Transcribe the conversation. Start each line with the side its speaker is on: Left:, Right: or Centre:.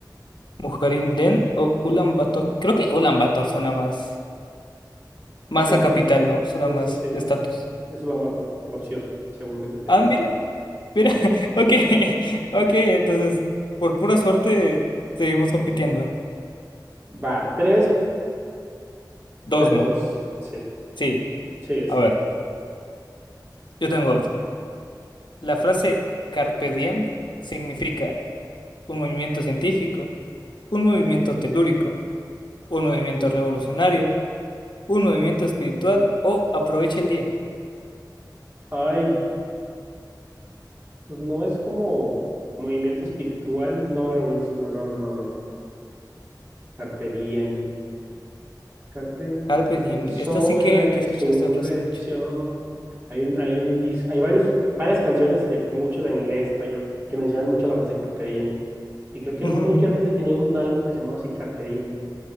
Left: Mujerinden o Ulan Bator. Creo que Ulan Bator suena más. Más
Right: Ok,
Left: a capital,
Right: sí,
Left: ¿no? Suena
Right: justo
Left: más
Right: sí.
Left: estatus.
Right: sí. Es Ulaanbaatar, la opción segunda que te
Left: Ah,
Right: di.
Left: mira, mira.
Right: Sí.
Left: <laughs> Ok, ok. Entonces, por pura suerte, seguimos compitiendo.
Right: Va, 3
Left: Dos,
Right: 3
Left: ¿no?
Right: dos Sí,
Left: Sí.
Right: sí es.
Left: A ver, yo tengo otra. La frase Carpe diem significa un movimiento científico, un movimiento telúrico, un movimiento revolucionario un movimiento espiritual o aprovecha el día.
Right: Ay, pues no es como movimiento espiritual, no, revolucionario, no, no, no, no, no. no. Carpe diem, carpe diem,
Left: Carpe diem.
Right: hoy soy
Left: Esta sí que,
Right: resurrección.
Left: que escuché esta frase mucho.
Right: Hay un, hay un disco, hay varios, varias canciones de muchos en inglés, español, que mencionan mucho la frase carpe diem. Y creo que no
Left: Ujú.
Right: me acuerdo qué artista tenía un álbum que se llamaba así Carpe Diem.